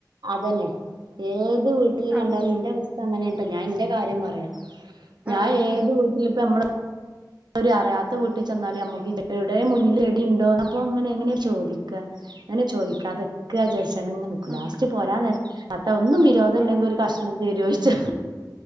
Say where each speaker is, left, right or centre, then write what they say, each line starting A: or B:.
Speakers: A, on the right; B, on the right.
A: അതന്നെ ഏത് വീട്ടിൽ
B: അങ്ങനെ
A: കണ്ടാലും എന്റെ അവസ്ഥ അങ്ങനെട്ടോ ഞാൻ എന്റെ കാര്യം പറയാ ഞാൻ
B: ആഹ്
A: ഏത് വീട്ടിലിപ്പ അമ്മള ഒരു അറിയാത്ത വീട്ടിൽ ചെന്നാല് നമ്മക്ക് എവിടെ മുന്നില് എടി ഉണ്ടോ അപ്പൊ അങ്ങനെ എങ്ങനെ ചോദിക്ക എങ്ങനെ ചോദിക്കാതൊക്കജാരിച്ച്ങ്ങാണ്ട് ങ്നിക്
B: ഉം
A: ലാസ്റ്റ് പോരാ നേരത്തതാത്ത ഒന്നും വിരോധംല്ലെങ്കിൽ
B: ഉം
A: ഒരു കഷ്ണം തരോയ്ച്ചും